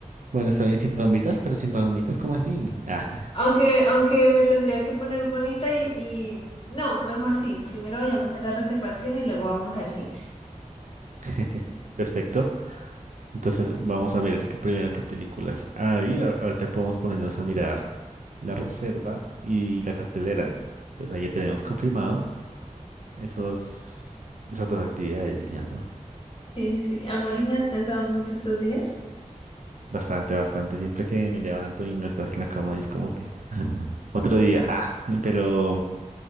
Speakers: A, on the right; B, on the left.
A: Bueno, está bien sin palomitas, pero sin palomitas, ¿cómo así? Ah,
B: Aunque, aunque me tendría que poner bonita y, y no, mejor sí, primero vayamos a la reservación y luego vamos al cine.
A: <laughs> perfecto. Entonces vamos a ver qué primero qué películas. Ahí ahor- ahorita podemos ponernos a mirar la reserva y la cartelera. Entonces ahí ya tenemos confirmado esos, esas dos actividades, mi amor.
B: Sí, sí, sí. Amor, ¿y me has pensado mucho estos días?
A: Bastante, bastante. Siempre que me levanto y no estás en la cama, es como que "Mm, otro día. Ah, pero,